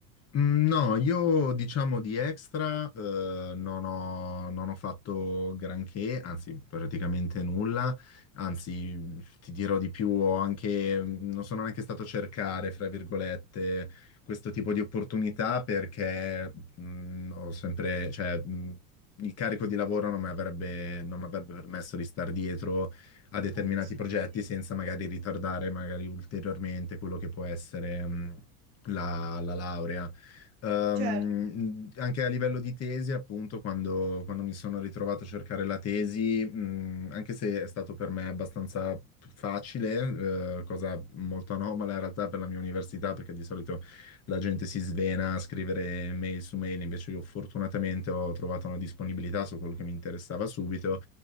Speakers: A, on the left (about 30°); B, on the right (about 55°).
A: Mm, No, io diciamo di extra eh, non ho, non ho fatto granché, anzi praticamente nulla, anzi ti dirò di più, ho anche, non sono neanche stato a cercare, fra virgolette, questo tipo di opportunità perché mm, ho sempre, cioè, mm, il carico di lavoro non mi avrebbe, non mi avrebbe permesso di star dietro a determinati
B: agli studi.
A: progetti senza magari ritardare magari ulteriormente quello che può essere... mm, La, la laurea. Ehm,
B: Certo,
A: anche a livello di tesi, appunto, quando, quando mi sono ritrovato a cercare la tesi, mh, anche se è stato per me abbastanza facile, eh, cosa molto anomala in realtà per la mia università, perché di solito la gente si svena a scrivere mail su mail, invece io fortunatamente ho trovato una disponibilità su quello che mi interessava subito.